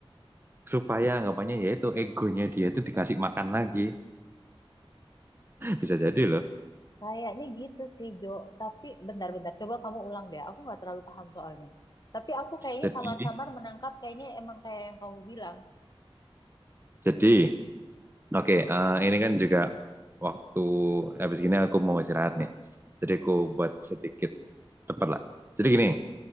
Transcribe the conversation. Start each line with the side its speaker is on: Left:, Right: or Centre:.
Right: supaya anggapannya yaitu egonya dia itu dikasih makan lagi bisa jadi loh
Left: Kayaknya gitu sih Jo. Tapi bentar-bentar coba kamu ulang deh. Aku nggak terlalu paham soalnya. Tapi aku kayaknya
Right: jadi
Left: samar-samar menangkap kayaknya emang kayak yang kamu bilang.
Right: jadi oke eh, ini kan juga waktu habis gini aku mau istirahat nih jadi
Left: Mm-mm,
Right: aku buat sedikit cepat lah jadi gini
Left: mm-mm,